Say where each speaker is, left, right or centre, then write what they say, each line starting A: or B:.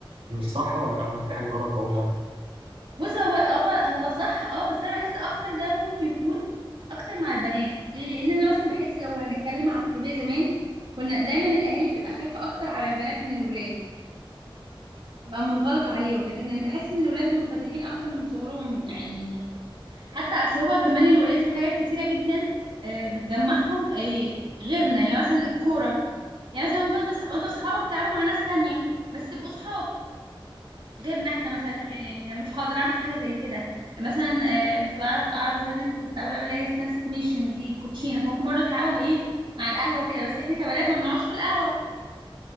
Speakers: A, on the right; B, on the right.
A: مش صح ولا أنا في حاجة غلط بقولها؟
B: بص هو هو هو صح اه بس انا بحس اكتر ده ممكن يكون اكتر مع البنات ليه لان انا مثلا بحس لو هنتكلم على التربيه زمان كنا دايما الاهالي بتبقى خايفه اكتر على البنات من الولاد تبقى منغلقه عليهم لكن اللي بحس ان الولاد منفتحين اكتر من صغرهم يعني حتى اصل هو كمان الولاد في حاجات كتيره جدا آه، بتجمعهم آه، غيرنا يعني مثلا الكوره يعني مثلا ممكن انت وأصح- وانت واصحابك تلعبوا مع ناس تانية بس تبقوا صحاب غيرنا احنا مثلا يعني انا مش هقدر اعمل حاجه زي كده مثلا آه، كنت بعرف اعرف زمان ان انتوا كنتوا بتلعبوا لعبه اللي هي اسمها استيميشن دي كوتشينه فممكن برضه تلعبهم ايه على القهوه كده بس احنا كبنات ما بنقعدش في القهوه